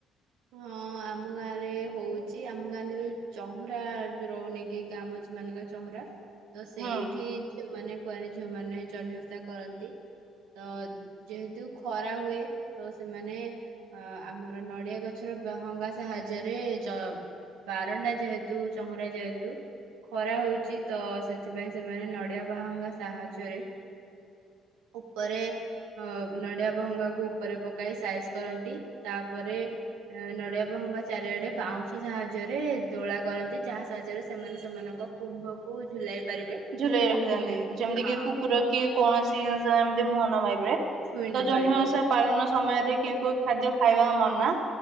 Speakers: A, on the right; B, on the right.
A: ହଁ। ଆମ ଗାଁରେ ହଉଚି ଆମ ଗାଁରେ ଯୋଉ ଚହୁଁରା ଯୋଉ ରହୁନି କି ଗାଁ ମଝିମାନଙ୍କରେ ଚହୁଁରା। ତ ସେଇଠି
B: ହୁଁ।
A: ଝିଅମାନେ କୁଆଁରୀ ଝିଅମାନେ ଜହ୍ନିଓଷା କରନ୍ତି। ତ ଯେହେତୁ ଖରା ହୁଏ ତ ସେମାନେ ଅ ଆମର ନଡିଆ ଗ ଗଛର ବହଙ୍ଗା ସାହାଯ୍ୟରେ ବାରଣ୍ଡା ଯେହେତୁ ଚଉଁରା ଯେହେତୁ ଖରା ହଉଚି ତ ସେଥିପାଇଁ ସେମାନେ ନଡିଆ ବାହୁଙ୍ଗା ସାହାଯ୍ୟରେ ଉପରେ ଅ ନଡିଆ ବହଙ୍ଗାକୁ ଉପରେ ପକାଇ ସାଇଜ କରନ୍ତି ତାପରେ ଅ ନଡିଆ ବହଙ୍ଗା ଚାରିଆଡେ ବାଉଁଶ ସାହାଯ୍ୟରେ ଦୋଳା କରନ୍ତି ଯାହା ସାହାଯ୍ୟରେ ସେମାନେ ସେମାନଙ୍କ କୁମ୍ଭକୁ ଝୁଲାଇ ପାରିବେ।
B: ଝୁଲେଇ ରଖିଥାନ୍ତି
A: ଉଁ
B: ଯେମିତିକି
A: ହଁ
B: କୁକୁରକି କୌଣସି ଜିନିଷ ଏମିତି ମୁହଁ ନମାରିବେ। ତ
A: ଛୁଇଁ ନ
B: ଜହ୍ନିଓଷା
A: ପାରିବ
B: ପାଳନ ସମୟରେ କେଉଁ କେଉଁ ଖାଦ୍ୟ ଖାଇବା ମନା?